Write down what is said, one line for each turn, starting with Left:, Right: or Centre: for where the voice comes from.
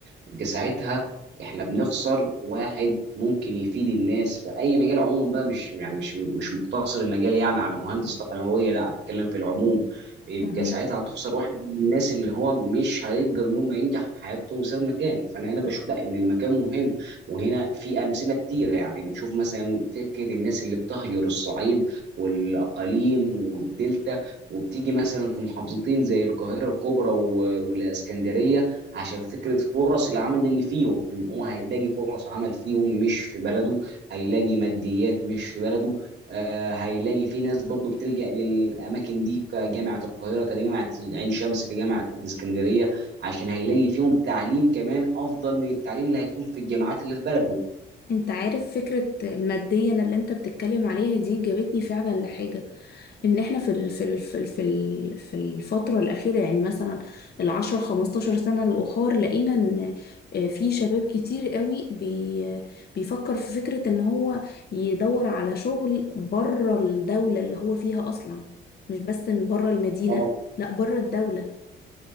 Right: يبقى ساعتها احنا بنخسر واحد ممكن يفيد الناس في اي مجال عموما بقى مش يعني مش مش مقتصر المجال يعني على مهندس تقنيويه لا بتكلم في العموم يبقى
Left: تمام
Right: ساعتها هتخسر واحد من الناس اللي هو مش هيقدر ان هم ينجح في حياته بسبب المكان فانا هنا بشوف لا ان المكان مهم وهنا في امثله كتيره يعني بنشوف مثلا فكره الناس اللي بتهجر الصعيد والاقاليم والدلتا وبتيجي مثلا في محافظتين زي القاهره الكبرى و- والاسكندريه عشان فكرة فرص العمل اللي فيهم ان هو هيلاقي فرص عمل فيهم مش في بلده هيلاقي ماديات مش في بلده آه هيلاقي في ناس برضه بتلجأ للأماكن دي كجامعة القاهرة كجامعة عين شمس كجامعة الإسكندرية عشان هيلاقي فيهم تعليم كمان أفضل من التعليم اللي هيكون في الجامعات اللي في بلده
Left: انت عارف فكرة المادية اللي انت بتتكلم عليها دي جابتني فعلا لحاجة ان احنا في ال في ال في ال في ال- في الفتره الاخيره يعني مثلا العشرة 15 سنه الاخر لقينا ان آه، في شباب كتير قوي بي بيفكر في فكره ان هو يدور على شغل بره الدوله اللي هو فيها اصلا مش بس ان بره المدينه
Right: اه
Left: لا بره الدوله